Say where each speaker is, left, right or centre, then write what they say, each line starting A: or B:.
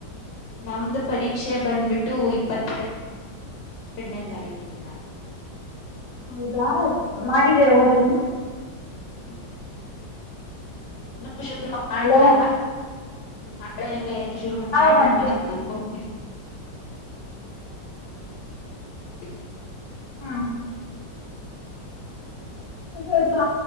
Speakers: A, on the left (about 75°); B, on the left (about 30°).
A: ನಮ್ದು ಪರೀಕ್ಷೆ ಬಂದ್ಬಿಟ್ಟು ಇಪ್ಪತ್ತೆರಡು ಎರಡನೇ ತಾರೀಕಿಂದ
B: ಹೌದಾ ಮಾಡಿದ್ದೀರಾ ಓದದನ್ನು
A: ಹ್ಮ ಇನ್ನೂ ಶೂರು ಮಾಡಿಲ್ಲ
B: ಹಲೋ
A: ನಾಳೆ ಶುರು ಶುರು ಮಾಡೋಣ
B: ಯಾವಾಗ ಮಾಡ್ತೀರಾ
A: ಅನ್ಕೊಂಡು <unintelligible>
B: ಹಾ ಸ್ವಲ್ಪ